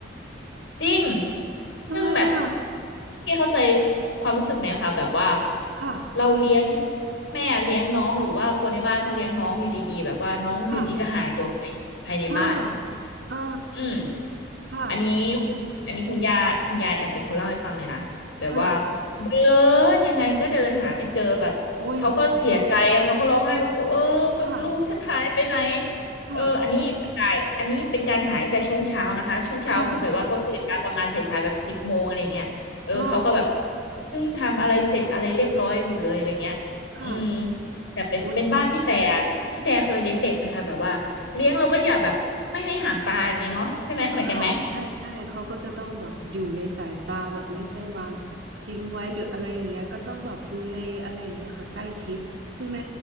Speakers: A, on the left; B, on the right.
A: จริง
B: ทำไมอ่ะ
A: ซึ่งแบบพี่เข้าใจความรู้สึกไหมคะแบบว่า
B: ค่ะ
A: เราเลี้ยงแม่เลี้ยงน้องหรือว่าคนในบ้านเขาเลี้ยงน้องอยู่ดีๆแบบว่าน้องอยู่ดีก็หายตัวไปภายในบ้าน
B: ค่ะอ่าอ่า
A: อืม
B: ค่ะ
A: อันนี้คุณอันนี้คุณย่าคุณยายแอมเป็นคนเล่าให้ฟังเลยนะแบบว่า
B: ค่ะ
A: เดินยังไงก็เดินหาไม่เจอแบบเขาก็เสียใจอะเขาก็ร้องไห้แบบเออแบบลูกฉันหายไปไหน
B: โอ้ยค่ะค่ะ
A: เอออันนี้หายอันนี้เป็นการหายตั้งแต่ช่วงเช้านะคะช่วงเช้าคือแบบว่าเขาตื่นมาประมาณสายๆแบบสิบโมงอะไรเงี้ยเออเขาก็แบบ
B: ค่ะอ่า
A: เพิ่งทำอะไรเสร็จอะไรเรียบร้อยอยู่เลยอะไรเงี้ยอืม
B: ค่ะ
A: แบบเป็นเป็นบ้านพี่แต่
B: โอ้ย
A: พี่แต่เคยเลี้ยงเด็กไหมคะแบบว่าเลี้ยงเราก็อย่าแบบไม่ให้ห่างตาอย่างนี้เนาะใช่ไหมเหมือนกันไหม
B: เออค่ะใช่ใช่เขาก็จะต้องแบบอยู่ในสายตาแบบไม่ใช่วางทิ้งไว้หรืออะไรอย่างเงี้ยก็ต้องแบบดูแลอะไรอย่างเงี้ยค่ะใกล้ชิดใช่ไหม